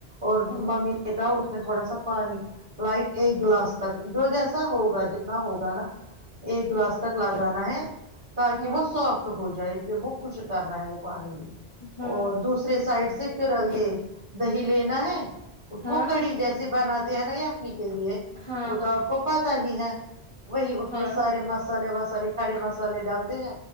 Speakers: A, on the right; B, on the left.
A: اور
B: ہاں
A: ممی تھاا اس میں تھوڑا سا پانی لائک ایک گلاس تک جو جیسا ہوگا جتنا ہوگا نا ایک گلاس تک لگانا ہے تاکہ
B: ہاں
A: وہ سافٹ ہو جائے پھر وہ خوش کرنا ہے وہ پانی بھی
B: ہاں
A: اور دوسرے سائڈ سے پھر یہ دہی لینا ہے اس
B: ہاں
A: کو کڑی جیسے بناتے کہ ن ہی آکھنی کے لیے
B: ہاں
A: وہ تو
B: ہاں
A: آپ کو پتا ہی ہے ہ <inaudible> وہی اس
B: ہاں
A: میں سارے مست مسالے وسالے کھڑے مسالے ڈال ج